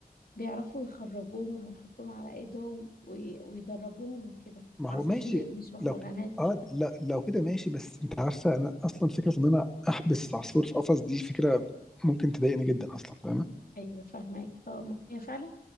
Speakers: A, on the left; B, in the centre.
A: بيعرفوا يخرجوهم ويحطوهم على إيدهم وي- ويدربوهم وكده
B: ما
A: عصافير
B: هو ماشي
A: مش بغبغانات
B: لو ك- اه
A: حتى
B: لا لو كده ماشي بس انت عارفه انا اصلا فكره ان انا احبس عصفور في قفص دي فكره ممكن تضايقني جدا اصلا فاهمه
A: أيوة فاهمك اه ما هي فعلا